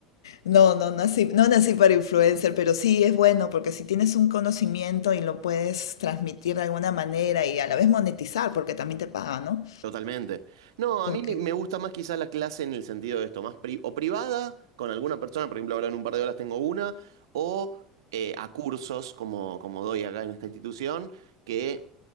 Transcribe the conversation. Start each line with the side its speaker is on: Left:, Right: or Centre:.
Left: No, no nací, no nací para influencer, pero sí es bueno porque si tienes un conocimiento y lo puedes transmitir de alguna manera y a la vez monetizar, porque también te pagan, ¿no?
Right: Totalmente. No,
Left: Porque
Right: a mí me me gusta más quizás la clase en el sentido de esto, más pri- o privada con alguna persona, por ejemplo, ahora en un par de horas tengo una, o eh, a cursos como, como doy acá en esta institución, que